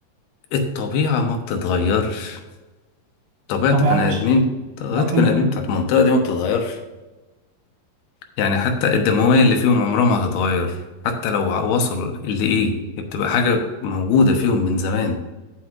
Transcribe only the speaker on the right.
طب يا
عم باشا
صحيح